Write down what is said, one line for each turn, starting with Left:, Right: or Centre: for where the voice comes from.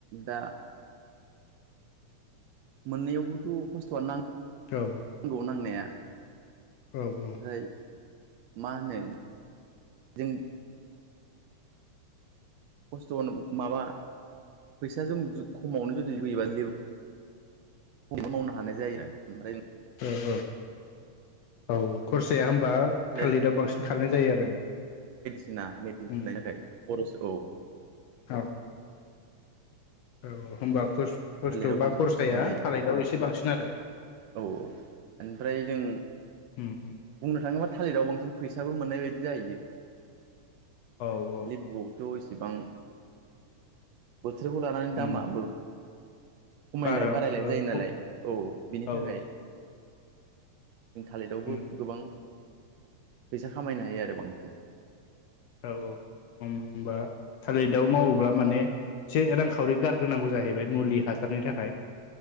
Right: दा मोननैयावबोथ खस्थआनो नां
Left: औ
Right: नांगौ नांनाया।
Left: औ औ।
Right: ओमफ्राय मा होनो जों खस्थ'आ माबा फैसाजों जु खमावनो जुदि लुयोबा लेबु खनो मावनो हानाय जायो ओमफ्राय
Left: औ औ औ खरसाया होम बा
Right: थालिर
Left: थालिरा बांसिन खारनाय जायो आरो।
Right: सिना मेडिन
Left: उम
Right: होनायनि थाखाय। खरस औ।
Left: औ। औ होनोमबा खुस खस्थ
Right: थालिराव
Left: बा
Right: बांसिन
Left: खरसाया
Right: खरसा थानाय जायो
Left: थालेदाव एसे बांसिन आरो।
Right: औ ओमफ्राय जों
Left: उम।
Right: बुंनो थाङोब्ला थालिराव बांसिन फैसाबो मोननाय बायदि जाहैयो। ओमफ्राय
Left: औ औ
Right: लेबुआवथ' इसेबां बोथोरखौ लानानै
Left: उम
Right: दामाबो खमायलाय
Left: बारा
Right: बारायलाय
Left: औ
Right: जायो नालाय औ बिनि
Left: औ
Right: थाखाय जों थालिरावबो
Left: उम
Right: फैसा खामायनो हायो आरो बांसिन।
Left: औ औ होनबा थालिदाव मावोब्ला माने एसे रांखावरि गारग्रोनांगौ जाहैबाय मुलि हासारनि थाखाय।